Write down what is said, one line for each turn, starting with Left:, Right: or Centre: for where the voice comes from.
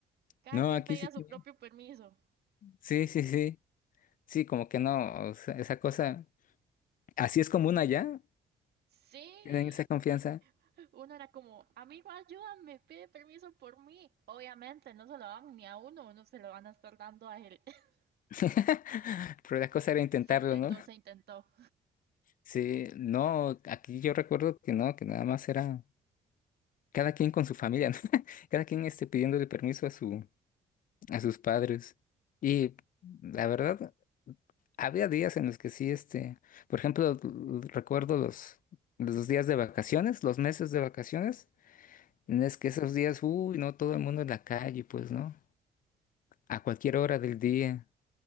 Right: Cada
Left: no,
Right: quien
Left: aquí
Right: pedía
Left: sí tienen.
Right: su propio permiso.
Left: Sí, sí, sí, sí, como que no, o sea, esa cosa, así es común allá,
Right: Sí,
Left: tienen esa confianza.
Right: uno era como, amigo, ayúdame, pide permiso por mí. Obviamente no se lo dan ni a uno, uno se lo van a estar dando a él. <laughs>
Left: <laughs> Pero la cosa era intentarlo,
Right: Se intentó,
Left: ¿no?
Right: se intentó.
Left: Sí, no, aquí yo recuerdo que no, que nada más era cada quien con su familia, ¿no? <laughs> Cada quien este, pidiéndole permiso a su, a sus padres. Y la verdad, había días en los que sí, este, por ejemplo, l- recuerdo los, los días de vacaciones, los meses de vacaciones, en es que esos días, uy, no todo el mundo en la calle, pues, ¿no? A cualquier hora del día.